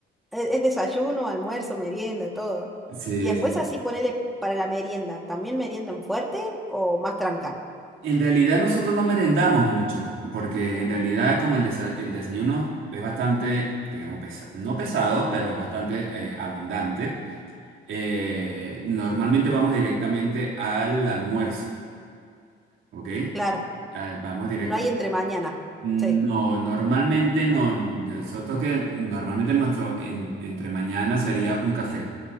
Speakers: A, in the centre; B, on the right (about 80°).
A: Es, es desayuno, almuerzo, merienda, todo.
B: Sí,
A: Y después
B: sí.
A: así ponele para la merienda. ¿También meriendan fuerte o más tranca?
B: En realidad nosotros no merendamos mucho, porque en realidad como el, desa- el desayuno es bastante, digamos, pesa- no pesado, pero bastante eh, abundante, eh, normalmente vamos directamente al almuerzo, ¿ok? Eh,
A: Claro,
B: Ah, Vamos directamente.
A: no hay entre mañana.
B: No,
A: Sí,
B: normalmente no. Nosotros que normalmente nuestro en- entre mañana sería un café,